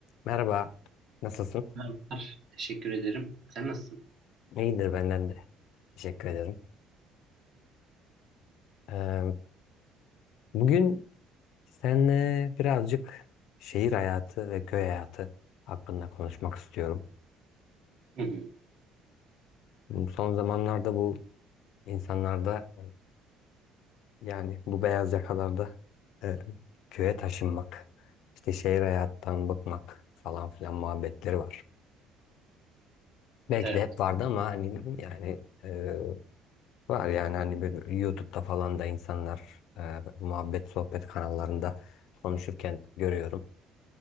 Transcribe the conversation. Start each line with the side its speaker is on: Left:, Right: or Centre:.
Left: Merhaba, nasılsın?
Right: Merhabalar, teşekkür ederim. Sen nasılsın?
Left: İyidir benden de. Teşekkür ederim. Ee, bugün seninle birazcık şehir hayatı ve köy hayatı hakkında konuşmak istiyorum.
Right: Hı hı,
Left: Son zamanlarda bu insanlarda e, yani bu beyaz yakalarda e, köye taşınmak, işte şehir hayattan bıkmak falan filan muhabbetleri var. Belki
Right: Evet.
Left: de hep vardı ama hani yani e, Var yani hani bir YouTube'da falan da insanlar e, muhabbet sohbet kanallarında konuşurken görüyorum.